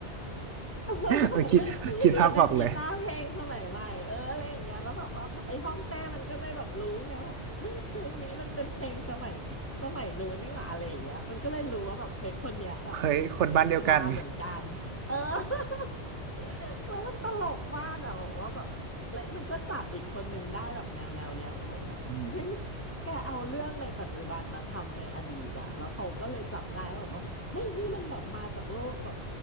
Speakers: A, on the left (about 15°); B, on the right (about 80°).
A: <laughs>
B: เออคิดคิดภาพออกเลย
A: ไม่ดีดเป็นกีตาร์เพลงสมัยใหม่เอออะไรอย่างเงี้ยแล้วแบบว่าไอ้ห้องเต้มันก็เลยแบบรู้ไงว่าเฮ้ยเพลงนี้มันเป็นเพลงสมัยสมัยนู้นนี่หว่าอะไรอย่างเงี้ยมันก็เลยรู้ว่าแบบเฮ้ยคนเนี้ยแบบ
B: เฮ้ยคนบ้านเดียวกัน
A: มาเหมือนกันเออ <laughs> แล้วมันตลกมากอะบอกว่าแบบแล้วมันก็จับอีกคนหนึ่งได้แบบแนวแนวเนี้ยว่าเหมือนแบบเฮ้ยมึงแกเอาเรื่องในปัจจุบันมาทำในอดีตอะแล้วเขาก็เลยจับได้ว่าแบบว่า
B: อืม
A: เฮ้ยนี่มันแบบมาจากโลกแบบ